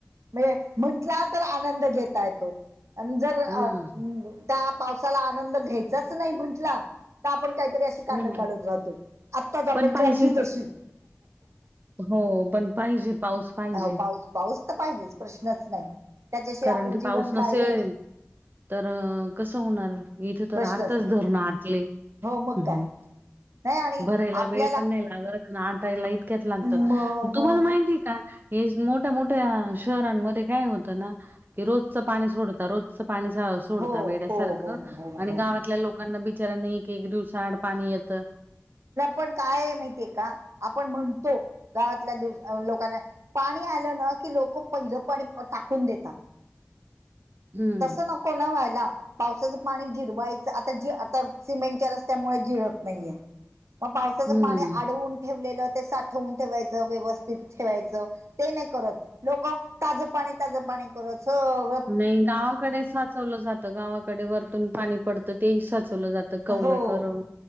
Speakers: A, on the right (about 70°); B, on the right (about 40°).
A: म्हणजे म्हंटला तर आनंद घेता येतो. आणि जर अ...
B: हम्म
A: त्या पावसाला आनंद घ्यायचाच नाही म्हंटला. तर आपण काहीतरी अशी कारणं
B: हम्म
A: काढत राहतो... आत्ताच आपण
B: पण पाहिजे
A: काढली तशी
B: हो... पण पाहिजे... पाऊस पाहिजे
A: हो पाऊस पाऊस तर पाहिजेच... प्रश्नच नाई... त्याच्याशिवाय
B: कारण
A: आपलं
B: की
A: जीवन
B: पाऊस
A: काय
B: नसेल
A: ए
B: तर... कसं होणार... इथं तर
A: प्रश्नच
B: आताच
A: नाही.
B: धरणं आटलंय...
A: हो मग
B: हूं
A: काय
B: हूं...
A: नाही आणि
B: भरायला
A: आपल्याला
B: वेळ पण नाई लाग अगं नहार ताईला इतक्यात लागतं...
A: म म
B: तुम्हाला माहितीय का हेच... मोठ्या मोठ्या शहरांमध्ये काय होतं ना ते रोजचं पाणी सोडता... रोजचं पाणी सोडता...
A: हो
B: वेड्यासारखं
A: हो हो हो
B: आणि
A: हो
B: गावातल्या लोक लोकांना बिचाऱ्यांना एक एक दिवसाआड पाणी येतं
A: पण... काय ए माहितीय का... आपण म्हणतो... गावातल्या लोकांना पाणी आलं ना... की लोकं... पहिलं पाणी... टाकून देतात
B: हम्म
A: तसं नको ना व्हायला पावसाचं पाणी जिरवायचं... आता... जी... आता सिमेंटच्या रस्त्यांमुळे जिरत नाहीये मग पावसाचं
B: हम्म
A: पाणी आडवून ठेवलेलं... ते साठवून ठेवायचं... व्यवस्थित ठेवायचं ते नाही करत... लोकं ताजं पाणी... ताजं पाणी करत सग
B: नई, गावाकडे साचवलं जातं... गावाकडे... वरतून पाणी पडतं... तेही साचवलं जातं कौलं
A: हो
B: करून...